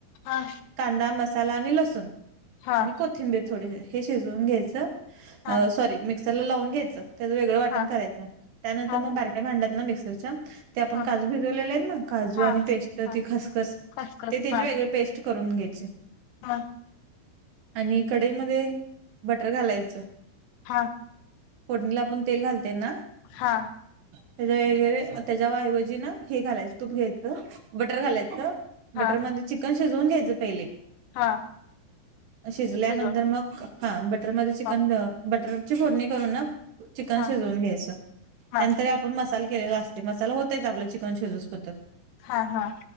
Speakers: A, on the left (about 80°); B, on the right (about 65°).
A: हा
B: कांदा मसाला आणि लसूण
A: हा
B: आणि को थींबीर थोडीसी. हे शिजवून घ्यायच.
A: हा
B: सॉरी मिक्सरला लावून घ्यायच. त्याच वेगळ वाटण
A: हा हा
B: करायच. त्यानंतर
A: हा
B: मग बारक्या भांडात ना मिक्सरच्या ते आपण
A: हा
B: काजू भिजवलेले आहेत ना. काजू
A: हा
B: आणि पेस्ट,
A: हा
B: ती खसखस
A: खसखस
B: ते त्याचे
A: हा
B: वेगळे पेस्ट करून घ्यायचे.
A: हा
B: आणि कढईमध्ये बटर घालायच.
A: हा
B: फोडणीला आपण तेल घालतेय ना.
A: हा
B: त्याच्या वगैरे, त्याच्या वाऐवजी ना हे घालायच. तूप घ्यायच. बटर घालायच.
A: हा
B: बटर मध्ये चिकन शिजवून घ्यायच पहिले.
A: हा
B: शिजल्यानंतर
A: शिजवून
B: मग, हा बटर मध्ये चिकन
A: हा
B: बटरची फोडणी करून ना चिकन
A: हा
B: शिजवून घ्यायच. त्यानंतर
A: हा
B: आपण मसाला केलेला असते. मसाला होतेच आपल चिकन सीजे पतोर.
A: हा हा